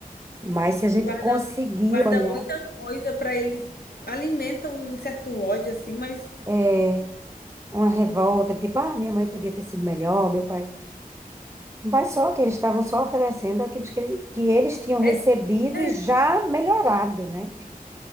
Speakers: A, on the right; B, on the left.
A: mas se a gente
B: Guarda,
A: conseguir
B: guarda
A: olhar
B: muita coisa para eles, alimenta um certo ódio, assim, mas.
A: é, uma revolta, tipo, ah, minha mãe podia ter sido melhor, meu pai. Mas só que eles estavam só oferecendo aqueles que, ele- que eles tinham
B: é-
A: recebido
B: é,
A: e já melhorado, né?